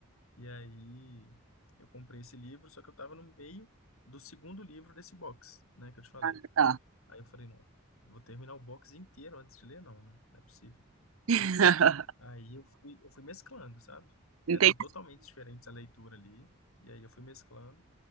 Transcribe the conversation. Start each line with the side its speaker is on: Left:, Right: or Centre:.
Left: E aí eu comprei esse livro, só que eu tava no meio do segundo livro desse box, né? Que eu te falei.
Right: Ah, Tá.
Left: Aí eu falei, não, vou terminar o box inteiro antes de ler, não, né? Não é possível.
Right: <laughs>
Left: Aí eu fui, eu fui mesclando, sabe?
Right: Entendi.
Left: Eram totalmente diferentes a leitura ali, e aí eu fui mesclando.